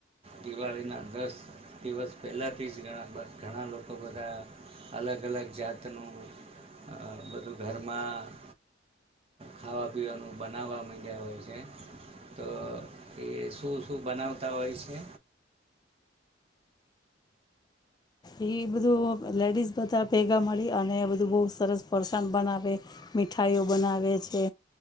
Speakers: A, on the right; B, on the left.
A: દિવાળીના દસ દિવસ પહેલાંથી જણા ઘણા લોકો બધા, અલગ અલગ જાતનું બધું ઘરમાં ખાવા પીવાનું બનાવવા માંગ્યા હોય છે. તો એ શું શું બનાવતા હોય છે?
B: એ બધું લેડીઝ બધા ભેગા મળી અને બધું બહુ સરસ ફરસાણ બનાવે, મીઠાઈઓ બનાવે છે,